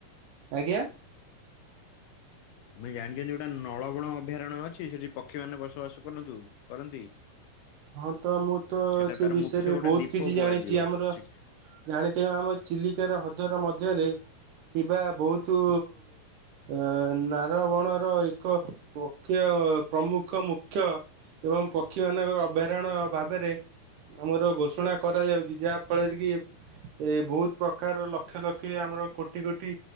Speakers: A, on the right (about 75°); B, on the left (about 80°).
A: ଆଜ୍ଞା।
B: ଜାଣିଚନ୍ତି ଗୋଟା ନଳବଣ ଅଭୟାରଣ୍ୟ ଅଛି। ସେଠି ପକ୍ଷୀ ମାନେ ବସବାସ କରନ୍ତୁ କରନ୍ତି।
A: ହଁ ତ ମୁଁ ତ
B: ସେଟା
A: ସେ
B: ତାର
A: ବିଷୟରେ
B: ମୁଖ୍ୟ ଗୋଟେ
A: ବୋହୁତ
B: ଦୀପ
A: କିଛି
B: କୁହାଯିବ।
A: ଜାଣିଚି। ଆମର
B: ଚି-
A: ଜାଣିଥିବେ ଆମ ଏ ଚିଲିକାର ହ୍ରଦର ମଧ୍ୟରେ ଥିବା ବୋହୁତୁ ଏ ନାରବଣର ଏକ ପକ୍ଷିୟ ପ୍ରମୁଖ ମୁଖ୍ୟ ଏବଂ ପକ୍ଷୀମାନଙ୍କର ଅଭୟାରଣ୍ୟ ଭାବରେ ଆମର ଘୋଷଣା କରାଯାଉଚି ଯାହାଫଳରେ କି ଏ ବୋହୁତ ପ୍ରକାର ଲକ୍ଷ ଲକ୍ଷ ଆମର କୋଟି କୋଟି